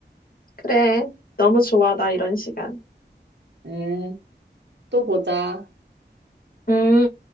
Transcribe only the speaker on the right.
음, 또 보자.